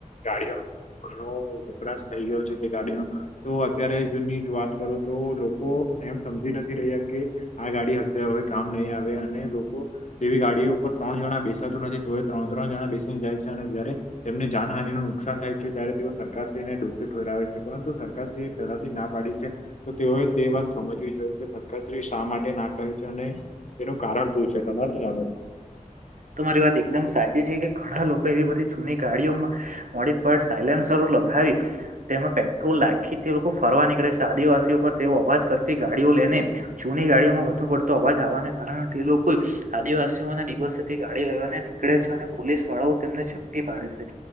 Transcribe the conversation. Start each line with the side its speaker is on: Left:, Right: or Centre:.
Left: ગાડીઓનો ઘણો વપરાશ થઈ ગયો છે તે ગાડીનો તો અત્યારે જની વાત ક કરો તો લોકો એમ સમજી ન રહ્યા કે આ ગાડી હતે હવે કામ નહીં આવે અને લોકો તેવી ગાડીઓ ઉપર ત્રણ જણા બેસા તું નથી તો ત્રણ ત્રણ જણા બેસી જાય છે અને જયારે તેમને જાનહાની નું નુકસાન થાય છે ત્યારે તેઓ સરકાર શ્રી ડોસી ઠોરાવે છે પરંતુ સરકાર શ્રી એ પહેલાથી ના પાડી છે તો તેઓએ તે વાત સમજવી જોઈએ કે સરકારશ્રી શા માટે ના કહે છે અને તેનું કારણ શું છે તમાર શું માનવું?
Right: તમારી વાત એકદમ સાચી છે કે ઘણા લોકો એવી બધી જૂની ગાડીઓમાં મોડીફાડ સાઇલેન્સરો પખાવી તેમાં પેટ્રોલ લાખી તે લોકો ફરવા નીકળે છે આદિવાસીઓ પર તેઓ અવાજ કરતી ગાડીઓ લઈને જૂની ગાડીઓમાં વધુ પડતો અવાજ આવાને કારણે તે લોકો આદિવાસી દિવસેથી ગાડી લેવાને નીકળે છે અને પોલીસ વાળાઓ તેમને ઝપટી પાડે છે